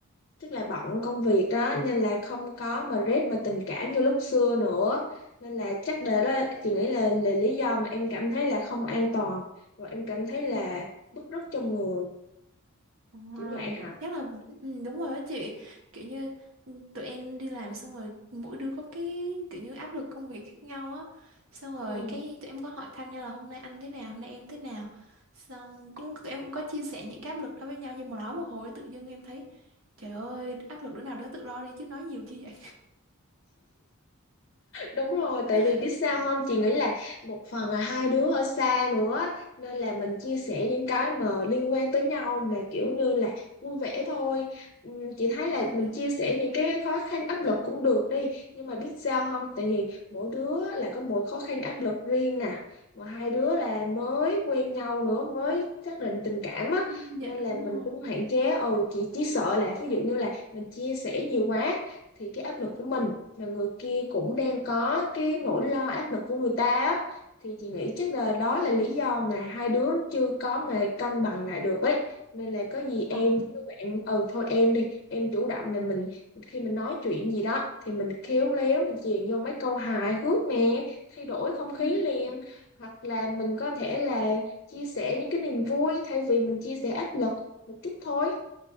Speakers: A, on the left; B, on the right.
A: tức là bận công việc đó nên là không có mà rep mà tình cảm như lúc xưa nữa nên là chắc để đó chị nghĩ là, là lý do mà em cảm thấy là không an toàn rồi em cảm thấy
B: Ừ.
A: là bứt rứt trong người
B: Ờ,
A: kiểu vậy hả
B: chắc là ừ, đúng rồi đó chị kiểu như ừ, tụi em đi làm xong rồi mỗi đứa có cái kiểu như áp lực công việc khác nhau á xong rồi
A: ừ
B: cái tụi em có hỏi thăm nhau là hôm nay anh thế nào hôm nay em thế nào xong cũng tụi em cũng có chia sẻ những cái áp lực đó với nhau nhưng mà nói một hồi tự dưng em thấy trời ơi áp lực đứa nào đứa tự lo đi chứ nói nhiều chi vậy
A: Đúng rồi, tại
B: <laughs>
A: vì biết sao không? Chị nghĩ là một phần là hai đứa ở xa nữa nên là mình chia sẻ những cái mà liên quan tới nhau mà kiểu như là vui vẻ thôi. Ừm, Chị thấy
B: Ờ,
A: là mình
B: đúng.
A: chia sẻ những cái khó khăn áp lực cũng được đi, nhưng mà biết sao không? Tại vì mỗi đứa là có mỗi khó khăn áp lực riêng nè, mà hai đứa là mới quen nhau nữa, mới xác định tình cảm á
B: Ừ,
A: nên
B: Dạ đúng
A: là mình
B: rồi.
A: cũng hạn chế ừ chị chỉ sợ là ví dụ như là mình chia sẻ nhiều quá thì cái áp lực của mình là người kia cũng đang có cái nỗi lo áp lực của người ta á thì chị nghĩ chắc
B: Ừ.
A: là đó là lý do mà hai đứa chưa có mà cân bằng lại được ấy nên là có gì em
B: Ờ.
A: với bạn ừ thôi em đi em chủ động là mình khi mình nói chuyện gì đó thì mình khéo léo mình chèn vô mấy câu hài hước nè thay đổi không khí
B: Ừ.
A: liền hoặc là mình có thể là chia sẻ những cái niềm vui thay vì mình chia sẻ áp lực một chút thôi